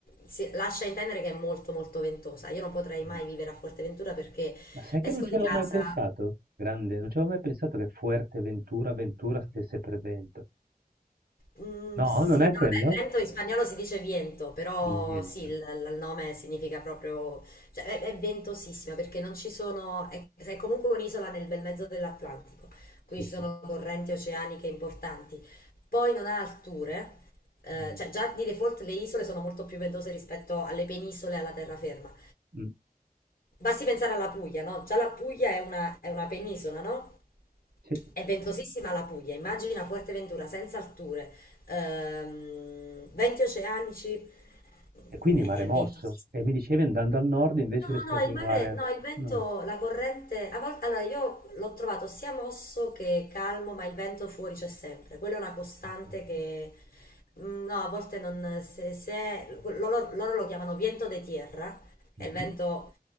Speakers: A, on the left (about 70°); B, on the right (about 80°).
A: si- lascia intendere che è molto molto ventosa. Io non potrei
B: mm.
A: mai vivere a Fuerteventura perché
B: Ma sai che
A: esco
B: non ci
A: di
B: avevo
A: casa.
B: mai pensato? Grande, non ci avevo mai pensato che Fuerteventura, Ventura stesse per vento.
A: mm,
B: No,
A: sì,
B: non è
A: no,
B: quello?
A: vabbè, vento in spagnolo si dice viento, però
B: Il vento.
A: sì, il, il nome significa proprio, cioè è, è ventosissima perché non ci sono, è, è comunque un'isola nel bel mezzo dell'Atlantico,
B: Sì,
A: quindi
B: sì.
A: ci sono correnti oceaniche importanti. Poi non ha alture, eh,
B: Mm,
A: cioè già di default le isole sono molto più ventose rispetto alle penisole e alla terraferma.
B: mm,
A: Basti pensare alla Puglia, no? Già la Puglia è una, è una penisola, no?
B: sì.
A: È ventosissima la Puglia, immagina Fuerteventura senza alture, ehm, venti oceanici,
B: E quindi
A: è
B: mare mosso.
A: ventosissima.
B: E mi dicevi andando al nord invece
A: No,
B: riesco
A: no,
B: a trovare...
A: il mare, no, il vento,
B: No.
A: la corrente, a volte, allora io l'ho trovato sia mosso che calmo, ma il vento fuori c'è sempre, quella è una costante
B: ci sta.
A: che, mm, no, a volte non, se, se- loro, loro lo chiamano viento de tierra, è
B: Mh-mh.
A: il vento